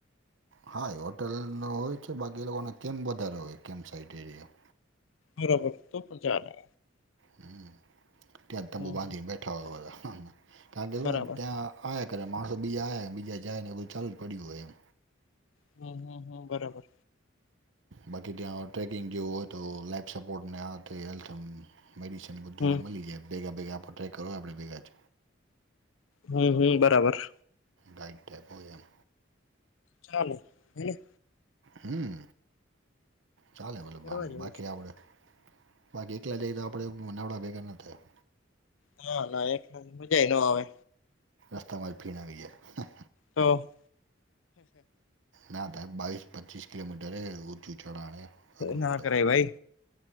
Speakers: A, on the right; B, on the left.
A: હા હોટલનો હોય છે બાકી એ લોકોને કેમ વધારે હોય કેમ સાઇટ એરિયા.
B: બરાબર તો પણ ચાલે.
A: હમ્મ, ત્યાં તંબુ
B: હમ
A: બાંધીને બેઠા હોય બધા કારણ કે
B: બરાબર
A: હું ત્યાં આય ક માણસ બીજ આયા બીજા જાયને એ બધ ચાલ જ પડી હોય એમ.
B: હમ્મ, હમ્મ, હમ્મ, બરાબર.
A: બાકી ત્યાં ટ્રેકિંગ જેવું હોય તો લાઈફ સપોર્ટને આ તે હેલ્થ એમ મેડિસન બધું
B: હમ
A: યા મળી જાય ભેગા ભેગા આપણે ટ્રાય કરો આપણે ભેગા જ.
B: હમ્મ, હમ્મ, બરાબર.
A: ગાઈડ ટેપ હોય એમ.
B: ચાલે હેને.
A: હમ્મ, ચાલે મતલબ
B: કરવા
A: આમ
B: જેવું
A: બાકી
B: છે
A: આપડે બાકી એકલા જાય તો આપડે <unintelligible> ભેગા ના થયા.
B: ના ના એમ મજાય નો આવે.
A: રસ્તામાંજ ફીણ આવી ગયાં.
B: તો.
A: ના થાય બાવીસ પચીસ કિલોમીટર ઊંચું હે ચઢાણે અઘરૂ
B: ના
A: પડે,
B: કરાય ભાઈ